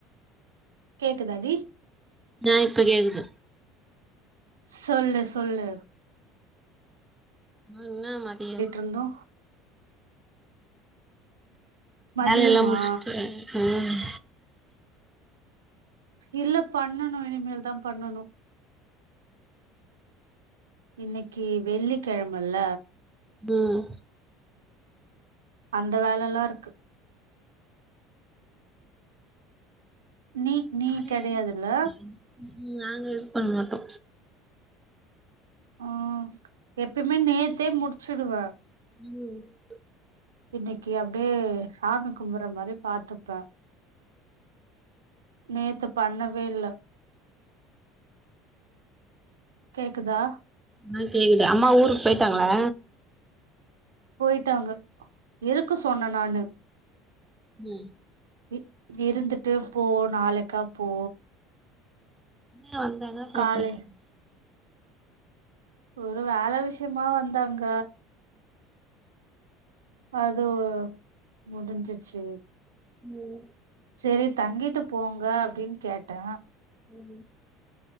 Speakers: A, on the right; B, on the right.
A: கேக்குதா டி
B: ஆ இப்ப கேக்குது
A: சொல்லு சொல்லு
B: ஆ என்ன மதியம்
A: வந்தோ மதியமா
B: வேல எல்லா முடிச்சட்டு உம்
A: இல்ல பண்ணணு இனிமேல் தா பண்ணணு இன்னைக்கி வெள்ளிக்கிழமல்ல
B: ம்
A: அந்த வேல எல்லா இருக்கு நீ நீ
B: காலையிலே
A: கிடையாதுல்ல
B: முடிச் ம் நாங்க இது பண்ண மாட்டோ
A: ஆ எப்பயுமே நேத்தே முடிச்சுடுவ
B: ம்
A: இன்னைக்கு அப்டியே சாமி கும்புற மாரி பாத்துப்பே நேத்து பண்ணவே இல்ல கேக்குதா
B: ஆ கேக்குது அம்மா ஊர்க்கு போயிட்டாங்ளா
A: போயிட்டாங்க இருக்க சொன்னே நானு
B: ம்
A: ம் இருந்துட்டு போ நாளைக்கா போ
B: என்ன வந்தாங்க அப்றோ
A: காலை
B: போய்ட்டாங்க
A: ஒரு வேல விஷ்யமா வந்தாங்க அதுவு முடிஞ்சிர்ச்சி
B: ம்
A: செரி தங்கிட்டு போங்க அப்டின் கேட்டே
B: ம்